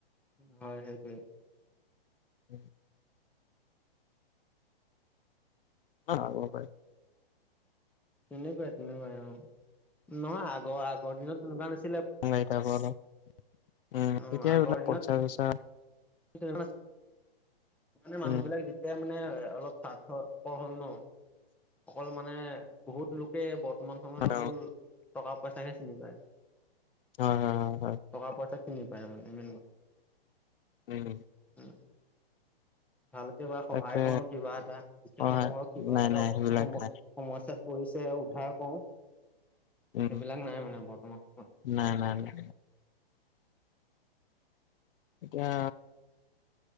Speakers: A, in the centre; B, on the left (about 60°).
A: হয় সেইটোৱে।
B: উম অ হব পাৰে
A: তেনেকুৱাই তেনেকুৱাই অ নহয় আগৰ আগৰ দিনত তেনেকুৱা নাছিল।
B: <unintelligible> অলপ উম
A: অ
B: এতিয়া
A: আগৰ
B: এইবিলাক
A: দিনত
B: পইচা চইচা।
A: <unintelligible> মানে মানুহবিলাক
B: উম
A: যেতিয়া মানে অলপ স্বাৰ্থ পৰ হল ন অকল মানে বহুত লোকে বৰ্ত বৰ্তমান সময়ত
B: হয়
A: অকল টকা পইচাহে চিনি পায়।
B: হয় হয় হয় হয়
A: টকা পইচা চিনি পায় মানে মেইন কথা।
B: উম।
A: উ ভালকে বা সহায়
B: তাকে
A: কৰোঁ কিবা এটা সেই
B: হয়
A: সময়ত কিবা
B: নাই
A: এটা সমস্যাত।
B: নাই সেইবিলাক নাই
A: পৰিছে উদ্ধাৰ কৰোঁ।
B: উম
A: সেইবিলাক নাই মানে বৰ্তমান সময়ত।
B: নাই নাই নাই এতিয়া